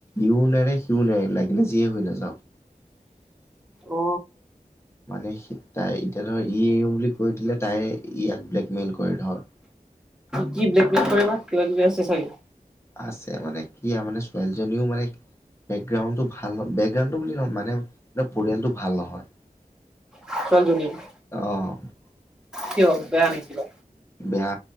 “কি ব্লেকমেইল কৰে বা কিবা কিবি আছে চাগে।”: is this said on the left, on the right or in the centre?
Centre